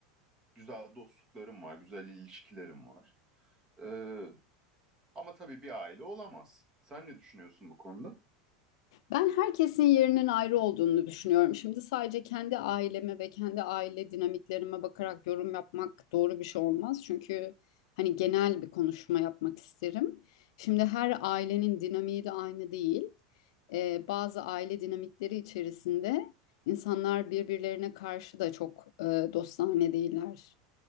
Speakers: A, on the right (about 20°); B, on the left (about 70°).
A: güzel dostluklarım var, güzel ilişkilerim var. Ee, ama tabii bir aile olamaz. Sen ne düşünüyorsun bu konuda?
B: Ben herkesin yerinin ayrı olduğunu düşünüyorum. Şimdi sadece kendi aileme ve kendi aile dinamiklerime bakarak yorum yapmak doğru bir şey olmaz. Çünkü hani genel bir konuşma yapmak isterim. Şimdi her ailenin dinamiği de aynı değil. Ee, bazı aile dinamikleri içerisinde insanlar birbirlerine karşı da çok e, dostane değiller.